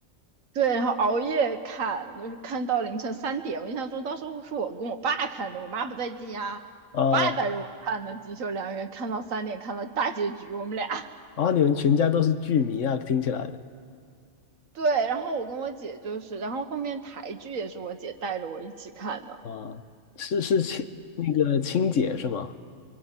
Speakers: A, on the right; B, on the left.
A: 对，然后熬夜看，就是看到凌晨三点，我印象中当时是我跟我爸看的，我妈不在家，
B: 啊！
A: 我爸带着我看的《锦绣良缘》，看到三点，看到大结局，我们俩。
B: 然后你们全家都是剧迷啊，听起来
A: 对，然后我跟我姐就是，然后后面台剧也是我姐带着我一起看的，
B: 啊，是是亲那个亲姐是吗？